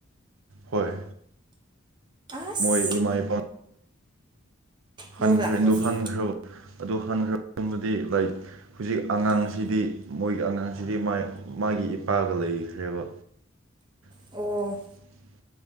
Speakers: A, on the right; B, on the right.
A: ꯍꯣꯏ
B: ꯑꯁ
A: ꯃꯣꯏ ꯏꯃꯥꯏ ꯏꯄꯥ ꯍꯟꯈ꯭ꯔꯦꯗꯨ
B: ꯂꯧꯕ ꯂꯥꯛꯄꯒꯤ
A: ꯍꯟꯈ꯭ꯔꯕ ꯑꯗꯨ ꯍꯟꯈ꯭ꯔꯕꯗꯨꯗꯤ ꯂꯥꯏꯛ ꯍꯧꯖꯤꯛ ꯑꯉꯥꯡꯁꯤꯗꯤ
B: ꯎꯝ
A: ꯃꯣꯏꯒꯤ ꯑꯉꯥꯡꯁꯤꯗꯤ ꯃꯥꯒꯤ ꯏꯄꯥꯒ ꯂꯩꯈ꯭ꯔꯦꯕ <inaudible>
B: ꯑꯣ